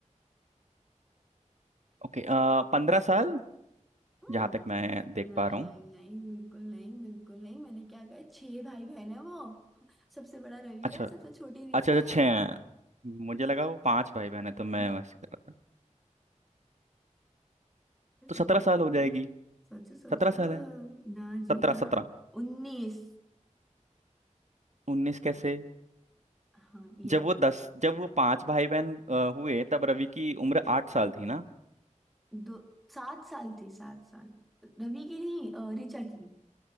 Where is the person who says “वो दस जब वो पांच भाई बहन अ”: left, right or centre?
Right